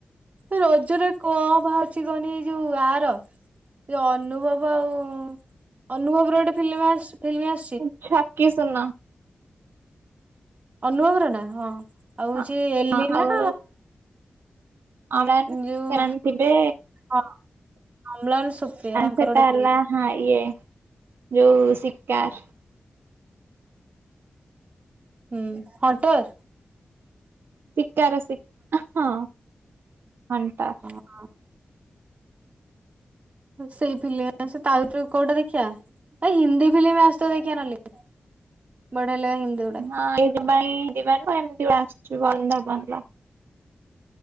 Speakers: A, on the right; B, on the right.
A: ଏ ରଜରେ କଣ ବାହାରୁଛିି କହନି ଏଇ ଯୋଉ ଆର ସେ ଅନୁଭବ ଆଉ ଅନୁଭବ ର ଗୋଟେ ଫିଲ୍ମ ଆସ୍ ଫିଲ୍ମ ଆସ୍
B: ଉଁ ଛକି ସୁନ।
A: ଅନୁଭବର ନା, ହଁ ଆଉ
B: ହଁ
A: ହଉଛି ଏଲିନା।
B: ହଁ ଆଉ ଅମ୍ଳାନ
A: ଯୋଉ
B: ସେମାନେ ଥିବେ
A: ହଁ। ଅମ୍ଳାନ ସୁପ୍ରିୟା ତାଙ୍କର
B: ସେଟା
A: ଗୋଟେ ଫିଲ୍ମ
B: ହେଲା
A: ଆ
B: ହଁ, ଇଏ ଯୋଉ ଶିକାର୍।
A: ହୁଁ, ହଣ୍ଟର।
B: ଶିକାର ଶି ଅ ହଁ ହଣ୍ଟର୍।
A: ଅଁ, ସେଇ ଥିଲେ ସେ ତା ଭିତରୁ କୋଉଟା ଦେଖିବା। ଆ ହିନ୍ଦୀ ଫିଲ୍ମ ଆସ ଦେଖିବା ନହଲେ, ବଢିଆ ହେଲେ ହିନ୍ଦୀ ଗୁଡା
B: ହଁ, ଏଇଥି ପାଇଁ ଯିବା ନୁହଁ ଏମିତି ଆସିଛୁ ବନ୍ଦା ବନ